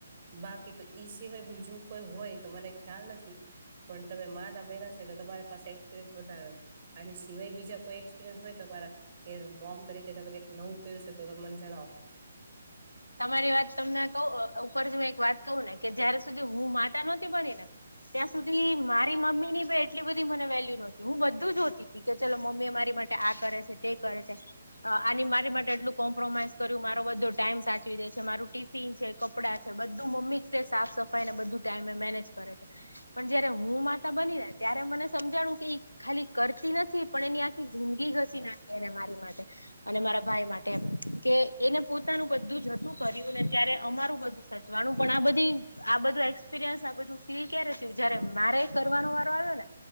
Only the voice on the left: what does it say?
તમારી વાત તમને કહુ ઉપર એક વાતને કે, જયારે સુધી હું માતા નહોતી બનીને ત્યાં સુધી મારી મમ્મીની બી એટલી બધી મને વેલ્યુ નહોતી. હું બધું જ જોહતી. ઇ તો ચલો, મમ્મી મારી માટે આ કરે છે, તે કરે છે. આની મારી માટે એટલું કોમ્પ્રોમાઈઝ કર્યું મારો બધો ટાઈમ સા ચવી દે છે. મારું ટિફિન છે, કપડાં છે, બધું મમ્મી તે સાફ સફાઈને બધું ટાઈમે મેનેજ કરે છે. પણ જયારે હું માતા બનીને, ત્યારે મને સમજાણું કે ખાલી કરતી નથી. પણ એની આખી જિંદગી ઘસી નાખી એને મારી માટે. અને મારા ભાઈ માટે એમ કે એને પોતાનું બધું જ તું કર્યું ને, ત્યારે અમારું બધું સચવાનું પણ આ બધી આ બધું એક્સપિરિયન્સ આ બધું ફીલ ક્યારે થયુ જયારે મારે કરવાનો વારો આવ્યોને